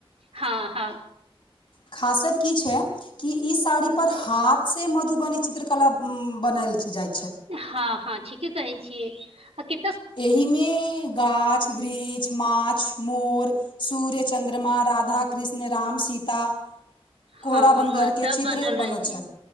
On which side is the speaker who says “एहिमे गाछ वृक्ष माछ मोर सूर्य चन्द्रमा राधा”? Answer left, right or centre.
Left